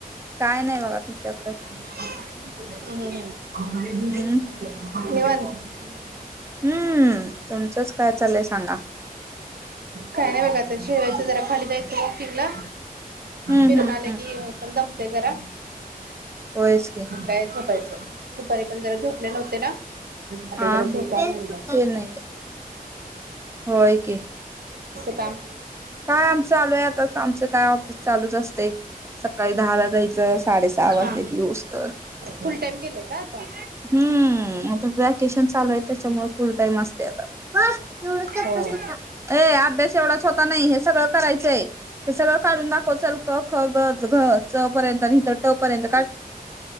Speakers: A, on the right; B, on the right.
A: काय नाही बघा तुमच्याकडे
B: हह निवांत
A: हम्म हम्म तुमचंच काय चालय सांगा
B: काय नाही बघा आता जेवायचं जरा खाली जायचं वॉकिंग ला
A: हम्म
B: फिरून
A: हम्म
B: आले
A: हम्म
B: की जरा
A: होयच की
B: मग काय झोपायचं, दुपारी पण जरा झोपले नव्हते. ते ना. आता
A: हा
B: जरा झोपाव
A: ते
B: म्हणाल.
A: नाही होय की.
B: काम
A: काय आमच चालू आहे आता आमच काय ऑफिस चालूच असतेय सकाळी दहाला जायचं साडे सहा वाजत्याती.
B: हा
A: इस्तवर.
B: फुल टाइम गेलंय का आता
A: हम् आता वॅकेशन चालू आहे त्याच्यामुळे फुल टाइम असतय आता. अभ्यास
B: होय
A: एवढाच होता नाही हे सगळं करायचंय हे सगळं काढून दाखव चल ख ग घ च पर्यंत तर ट पर्यंत.